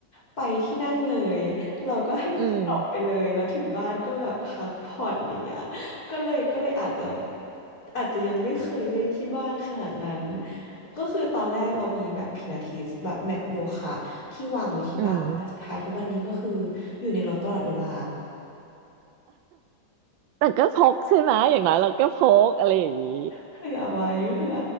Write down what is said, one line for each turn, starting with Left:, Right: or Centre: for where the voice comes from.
Left: ไปที่นั่นเลยเราก็ให้มันจบไปเลยแล้วถึงบ้านก็แบบพักผ่อนอย่างเงี้ย
Right: อืม
Left: ก็เลยก็เลยอาจจะอาจจะยังไม่เคยเล่นที่บ้านขนาดนั้นก็คือตอนแรกเรามีแมทพิลาทิสแบบแมทโยคะที่วางไว้ที่บ้านแต่สุดท้ายทุกวันนี้ก็คือ
Right: อืม
Left: อยู่ในรถตลอดเวลา
Right: แต่ก็พกใช่ไหมอย่างน้อยเราก็พกอะไรอย่างนี้
Left: เผื่อไว้เผื่อ